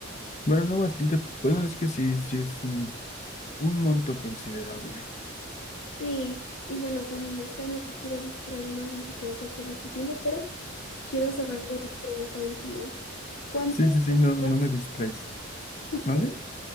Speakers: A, on the left; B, on the left.
A: Bueno, no bastante. Bueno, es que sí, sí es un, un monto considerable.
B: sí, y bueno, Juani, no sé, no te quiero distraer más ni te quiero hacer perder tu tiempo, pero Quiero cerrar con una pregunta última. ¿Cuánto
A: Sí,
B: es
A: sí, sí,
B: lo
A: no, no
B: más,
A: me distraes. ¿Mande?
B: dale,